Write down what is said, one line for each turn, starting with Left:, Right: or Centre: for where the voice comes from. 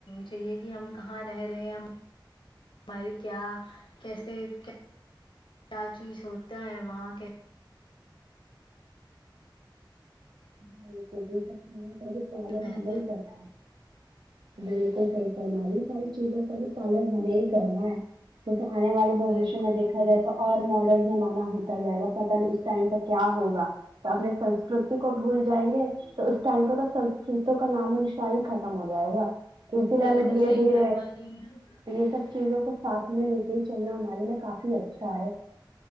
Left: چاہیے کہ ہم کہاں رہ رہے ہیں ہم ہماری کیا کیسے کیا چیز ہوتا ہے وہاں کی
Right: <unintelligible>
Left: بہتر
Right: بالکل صحیح فرمای ساری چیزوں کا بی پالن ہمیں ہی کرنا ہے کیونکی آنے والے بوشیہ
Left: بالکل
Right: میں دیکھا جائے تو اور ماڈل زمانہ ہوتا جائے گا پتہ نہیں اس ٹائم پے کیا ہوگا تو اپنے سنسکت تی کو بھول جائیں گے تو اس ٹائم پے تو سسکرتوں کا نام و نسان ہی ختم ہو جائے گا تو اسی لیے
Left: بالکل
Right: ہم میں دھیرے
Left: صحیح
Right: دھیرے
Left: فرما رہی ہیں آپ
Right: تو یے سب چیزوں کو ساتھ میں لے کے ہی چلنا ہمارے لیے کافی اچھا ہے